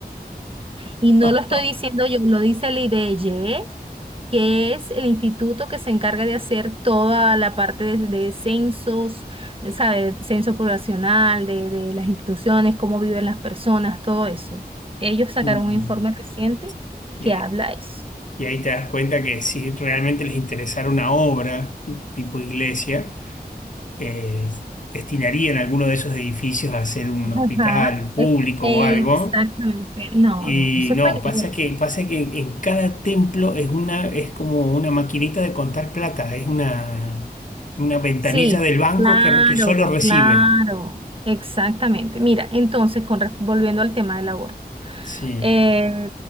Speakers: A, on the right (about 35°); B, on the left (about 50°).
A: Y no
B: <laughs>
A: lo estoy diciendo yo, lo dice el IBGE, que es el instituto que se encarga de hacer toda la parte de, de censos, eh, ¿sabe? Censo poblacional, de, de las instituciones, cómo viven las personas, todo eso. Ellos sacaron
B: Mm.
A: un informe reciente
B: Y,
A: que habla eso.
B: y ahí te das cuenta que si realmente les interesara una obra tipo iglesia, eh, destinarían alguno de esos edificios a ser un hospital
A: Ajá,
B: público
A: ex- exactamente.
B: o algo.
A: No,
B: Y
A: no, eso
B: no,
A: es para
B: pasa
A: inglés.
B: que, pasa que en, en cada templo es una, es como una maquinita de contar plata, es una, una ventanilla
A: Sí,
B: del banco
A: claro,
B: que, re- que solo recibe.
A: claro, exactamente. Mira, entonces, con, re- volviendo al tema del aborto.
B: Sí,
A: eh,